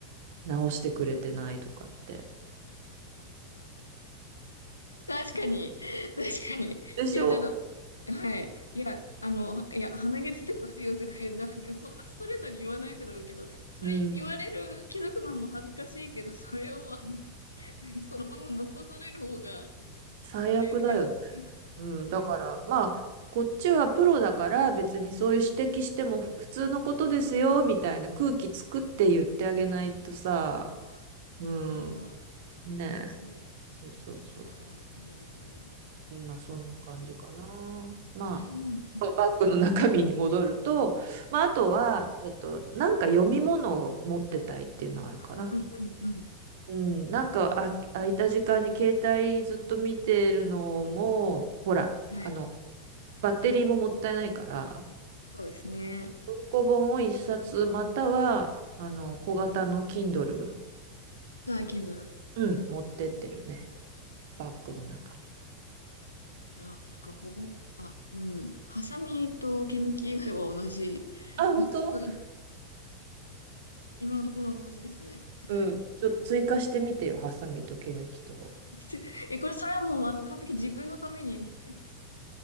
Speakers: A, on the right; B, on the left.
A: 直してくれてないとかって。
B: 確かに。確かに。
A: でしょ
B: いや、ちょっと、はい。いや、あの、はいや、鼻毛出てますよとか言う、なんで、そんなストレートに言わないだろうけど、それ言われる、
A: うん。
B: 気づくのも恥ずかしいけど、それを、あの、<laughs> そのまま残される方が
A: 最悪だよね。
B: 嫌です。
A: うん、だからまあこっちはプロだから別にそういう指摘してもふ普通のことですよみたいな空気作って言ってあげないとさ、
B: なるほど。
A: うん、
B: なるほど。いや、素晴らし
A: ねえ、そうそうそう、
B: い。いやー、いいですね。
A: うんまあそんな感じかな。ま
B: <laughs> う
A: あバッグの中身に戻ると、まあ、あとは、えっと、なんか読み物を持ってたいっていうのはあるかな。
B: んうんはい。うんうんうんうん。
A: うん、なんかあ空いた時間に携帯ずっと見てるのもほらあの
B: はい。
A: バッテリーももったいないから
B: そうですね。
A: 文庫本を一冊またはあの小型の Kindle、
B: あ、Kindle。
A: うん、持ってってるねバッグの中身
B: いや、なんかほぼ、あ、うん。ハサミと毛抜き以外は同じ。
A: あ本当
B: <laughs> 今のところ同じですね。はい。
A: うんちょっと追加してみてよハサミと毛抜きと
B: <laughs> え、これ、それはもう、あの、完璧自分のために。<laughs>